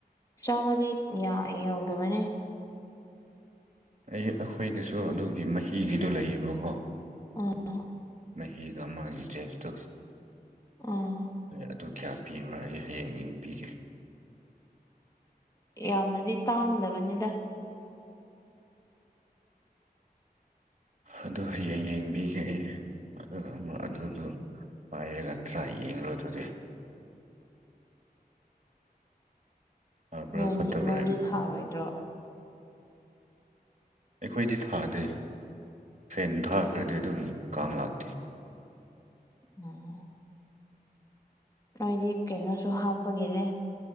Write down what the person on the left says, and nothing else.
ꯆꯥꯝꯃꯗꯤ ꯌꯧꯗꯕꯅꯦ
ꯑꯣ꯫
ꯎꯝ꯫
ꯌꯥꯝꯅꯗꯤ ꯇꯥꯡꯗꯕꯅꯤꯗ
ꯅꯣꯏꯗꯤ
ꯅꯣꯏꯗꯤ
ꯊꯥꯔꯣꯏꯗ꯭ꯔꯣ
ꯎꯝ ꯅꯣꯏꯗꯤ ꯀꯩꯅꯣꯁꯨ ꯍꯥꯞꯄꯒꯤꯅꯦ